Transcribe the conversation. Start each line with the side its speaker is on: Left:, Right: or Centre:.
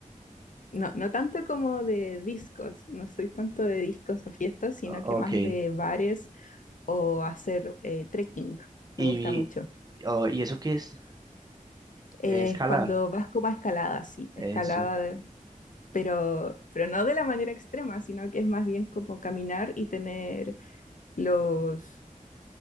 Left: no, no tanto como de discos, no soy tanto de discos o fiestas, sino
Right: ok,
Left: que más de bares o hacer eh, trekking,
Right: y,
Left: me gusta mucho.
Right: oh, ¿y eso qué es?
Left: Es
Right: Escalar,
Left: cuando vas como a escalada, sí,
Right: eso.
Left: escalada, de- pero, pero no de la manera extrema, sino que es más bien como caminar y tener los,